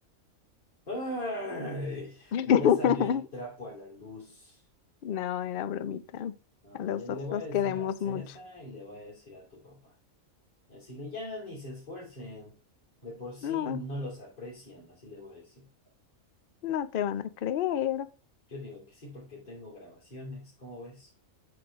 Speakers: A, on the left (about 30°); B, on the left (about 65°).
A: ¡Ay!
B: <laughs>
A: Ya salió el trapo a la luz.
B: No, era bromita.
A: No,
B: A los
A: ya
B: dos
A: le voy
B: los
A: a decir
B: queremos
A: a César
B: mucho.
A: y le voy a decir a tu papá. Así le llaman y se esfuercen. De por sí
B: No,
A: no los aprecian, así le voy a decir.
B: no te van a creer.
A: Yo digo que sí porque tengo grabaciones, ¿cómo ves?